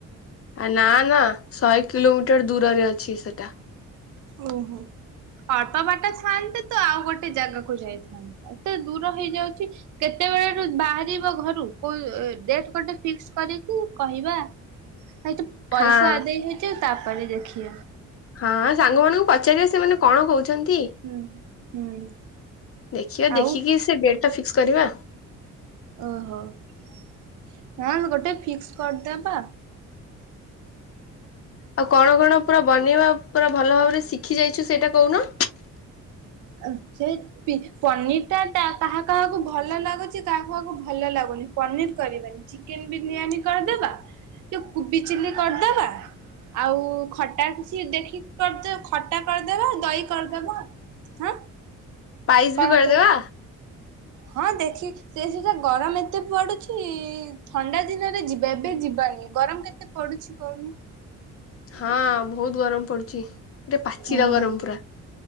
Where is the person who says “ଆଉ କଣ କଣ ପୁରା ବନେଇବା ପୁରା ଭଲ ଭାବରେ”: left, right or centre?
Left